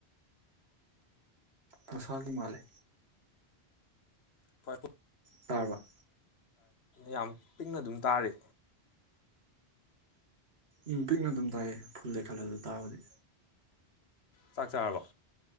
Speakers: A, on the right; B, on the left.
A: ꯃꯁꯥꯒꯤ ꯃꯥꯜꯂꯦ
B: ꯐ
A: ꯇꯔꯔꯕ
B: ꯌꯥꯝ ꯄꯤꯛꯅ ꯑꯗꯨꯝ ꯇꯥꯔꯤ
A: ꯎꯝ ꯄꯤꯛꯅ ꯑꯗꯨꯝ ꯇꯥꯏꯌꯦ ꯐꯨꯜꯗꯩ ꯈꯜꯂꯗꯨ ꯇꯥꯔꯒꯗꯤ
B: ꯆꯥꯛ ꯆꯥꯔꯕ